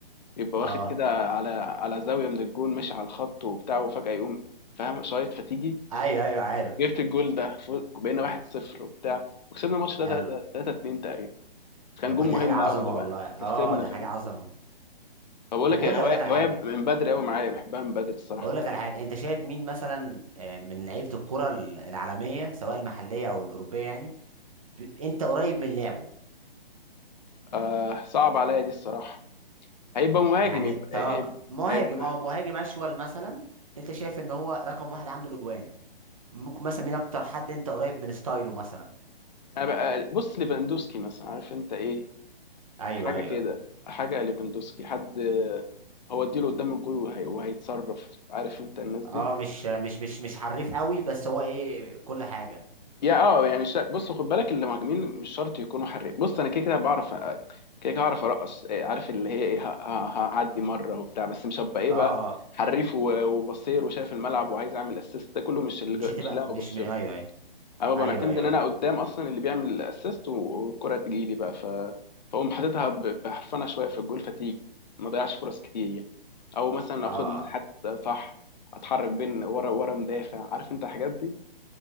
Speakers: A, on the left; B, on the right.
A: يبقى
B: اه
A: واخد كده على على زاويه من الجون ماشي على الخط وبتاع وفجاه يقوم فاهم شايط فتيجي
B: ايوه ايوه عارف
A: جبت الجول ده فوز- بقينا 1-0 وبتاع وكسبنا الماتش
B: حلو
A: ده 3 3-2 تقريبا كان
B: طب
A: جون
B: ما دي
A: مهم
B: حاجه عظمه
A: قوي ده بقى
B: والله اه
A: كسبنا
B: دي
A: فاهم
B: حاجه عظمه
A: بقول
B: طب
A: لك
B: قول
A: إيه،
B: لي
A: هواية
B: اقول لك على حاجه
A: هواية من بدري قوي معايا بحبها من بدري الصراحة
B: اقول
A: الكورة
B: لك على حاجه انت شايف مين مثلا آه، من لعيبه الكره ال- العالميه سواء المحليه او الاوروبيه يعني ب- انت قريب من لعبه
A: آه صعب عليا دي الصراحة هيبقى مهاجم
B: يعني
A: يبقى
B: توقع
A: هيبقى,
B: مهاجم
A: هيبقى,
B: اه مهاجم اشول مثلا انت شايف ان هو رقم واحد عنده الاجوان ممكن مثلا مين اكتر حد انت قريب من ستايله مثلا
A: هيبقى آه، بص ليفاندوسكي مثلا عارف انت ايه
B: ايوه
A: حاجة
B: ايوه
A: كده حاجة ليفاندوسكي حد آه، هو اديله قدام الجول وهي وهيتصرف عارف انت الناس دي
B: اه مش مش مش مش حريف قوي بس هو ايه كل حاجه
A: يا اه يعني مش بص خد بالك المهاجمين مش شرط يكونوا حريف بص انا كده كده بعرف كده كده هعرف ارقص إيه، عارف اللي هي ايه ه- ه- هعدي مره وبتاع بس مش هبقى ايه
B: اه
A: بقى
B: اه
A: حريف و- وبصير وشايف الملعب وعايز اعمل اسيست ده كله مش اللي
B: مش هتبقى
A: مش اللي أنا
B: مش
A: ببص
B: م... ايوه
A: له
B: ايوه
A: انا ببقى
B: ايوه
A: معتمد
B: ايوه
A: ان انا
B: فهمت
A: قدام اصلا اللي بيعمل اسيست والكره تجي لي بقى ف فاقوم حاططها ب- بحرفنه شويه في الجول فتيجي ما ضيعش فرص كتير يعني او مثلا
B: اه
A: اخد مساحات صح اتحرك بين ورا ورا مدافع عارف انت الحاجات دي